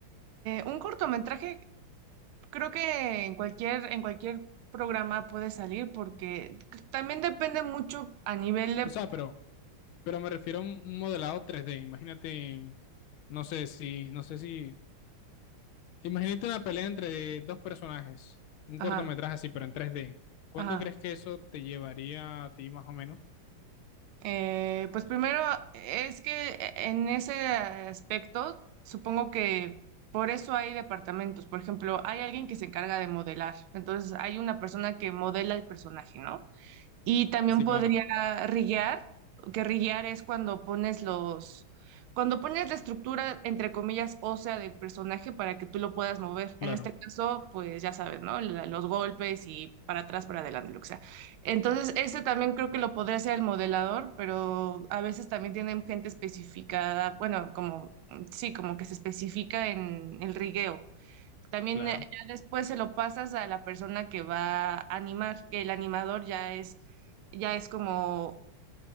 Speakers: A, on the right; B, on the left.
A: un cortometraje creo que en cualquier, en cualquier programa puede salir porque c- también depende mucho a nivel de...
B: O sea, pero, pero me refiero a un un modelado 3D. Imagínate, no sé si, no sé si, imagínate una pelea entre dos personajes, un
A: Ajá,
B: cortometraje así, pero en 3D. ¿Cuánto
A: ajá.
B: crees que eso te llevaría a ti más o menos?
A: Eh, pues primero es que en ese aspecto supongo que por eso hay departamentos. Por ejemplo, hay alguien que se encarga de modelar. Entonces hay una persona que modela el personaje, ¿no? Y también
B: Sí,
A: podría
B: claro,
A: riguear, que riguear es cuando pones los, cuando pones la estructura, entre comillas, ósea del personaje para que tú lo puedas mover.
B: claro,
A: En este caso, pues ya sabes, ¿no? La- los golpes y para atrás, para adelante, lo que sea. Entonces, ese también creo que lo podría hacer el modelador, pero a veces también tienen gente especificada, bueno, como, sí, como que se especifica en el rigueo. También
B: claro.
A: eh, ya después se lo pasas a la persona que va a animar, que el animador ya es, ya es como,